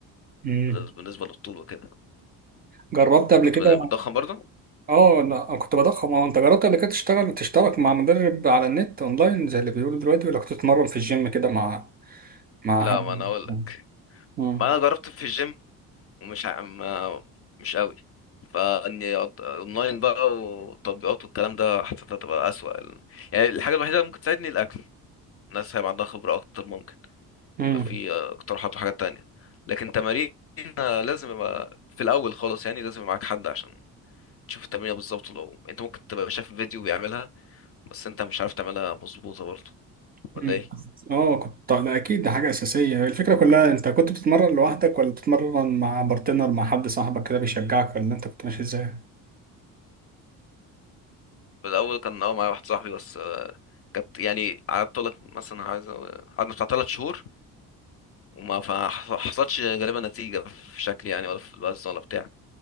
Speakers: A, on the right; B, on the left.
A: مم.
B: بالنسبة بالنسبة للطول وكده
A: جربت
B: انت
A: قبل
B: كنت
A: كده
B: بت- بتضخم برضه
A: اه لا أنا كنت بضخم اه انت جربت قبل كده تشتغل تشترك مع مدرب على النت اونلاين زي اللي بيقولوا دلوقتي ولا كنت تتمرن في الجيم كده مع مع
B: لا
A: حد
B: ما انا اقول لك
A: مم.
B: ما انا جربت في الجيم ومش ع- ما مش قوي فاني أض- اونلاين بقى وتطبيقات والكلام ده حسيتها تبقى اسوأ يعني الحاجة الوحيدة اللي ممكن تساعدني الاكل الناس هيبقى عندها خبرة اكتر ممكن
A: مم.
B: يبقى في اقتراحات وحاجات تانية لكن تمارين آه، لازم يبقى في الاول خالص يعني لازم يبقى معاك حد عشان تشوف التمرينة بالظبط لو انت ممكن تبقى شايف فيديو بيعملها بس انت مش عارف تعملها مظبوطة برضه ولا
A: مم.
B: ايه
A: اه كنت ده اكيد ده حاجة اساسية الفكرة كلها انت كنت بتتمرن لوحدك ولا بتتمرن مع بارتنر مع حد صاحبك كده بيشجعك ولا انت كنت ماشي ازاي
B: في الاول كان اه معايا واحد صاحبي بس كانت يعني قعدت لك مثلا عايز قعدنا بتاع تلات شهور وما فح- حصلتش غالبا نتيجة في شكلي يعني ولا في الوزن ولا بتاع